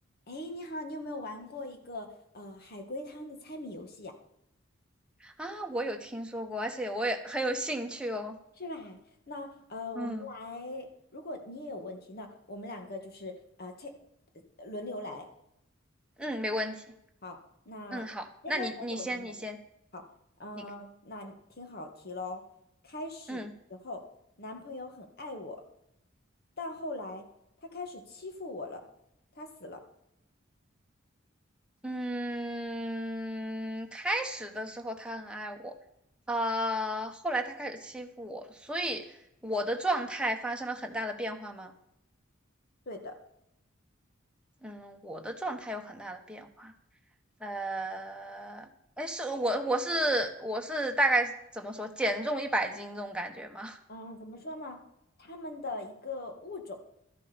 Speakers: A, on the left (about 50°); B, in the centre.
A: 哎，你好，你有没有玩过一个呃海龟汤的猜谜游戏呀、
B: 啊，我有听说过，而且我也很有兴趣哦。
A: 是吧？那呃，
B: 嗯。
A: 我们来，如果你也有问题，那我们两个就是呃 t 轮流来。
B: 嗯，没问题。
A: 好，那先开始还是我先开始？
B: 嗯，好，那你你先，你先，
A: 呃，
B: 你
A: 那听好题喽。开始的时候，
B: 嗯
A: 男朋友很爱我，但后来他开始欺负我了，他死了。
B: 嗯，开始的时候他很爱我，啊、后来他开始欺负我，所以我的状态发生了很大的变化吗？
A: 对的，
B: 嗯，我的状态有很大的变化。呃，哎，是我我是我是大概怎么说，减重一百斤这种感觉吗？
A: 嗯、怎么说呢？他们的一个物种。